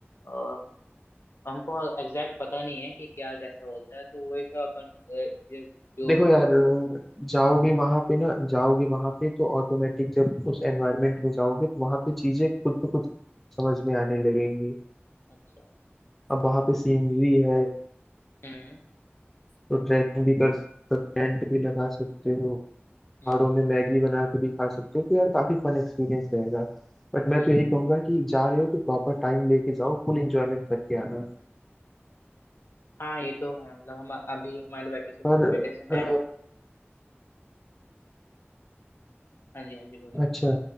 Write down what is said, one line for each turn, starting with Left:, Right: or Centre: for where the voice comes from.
Left: अ, हमको एग्जैक्ट पता नहीं है कि क्या कैसा होता है तो वही सब अपन अ, जो
Centre: देखो यार जाओगे वहाँ पे ना जाओगे वहाँ पे तो ऑटोमेटिक जब उस एनवायरनमेंट में जाओगे तो वहाँ पे चीज़ें खुद ब खुद समझ में आने लगेंगी
Left: अच्छा
Centre: अब वहाँ पे सीनरी है
Left: हम्म
Centre: तो ट्रैकिंग भी कर सकते टेंट भी लगा सकते हो
Left: हम्म
Centre: पहाड़ों में मैगी बना के भी खा सकते हो तो यार काफी फन एक्सपीरियंस रहेगा बट मैं
Left: हम्म
Centre: तो यही कहूंगा कि जा रहे हो तो प्रॉपर टाइम लेके जाओ फुल एंजॉयमेंट करके आना
Left: हाँ ये तो है मतलब हम अभी हमारे वेकेशन
Centre: पर
Left: वेकेशन टाइम
Centre: अ,
Left: है हाँ जी हाँ जी बोलिए
Centre: अच्छा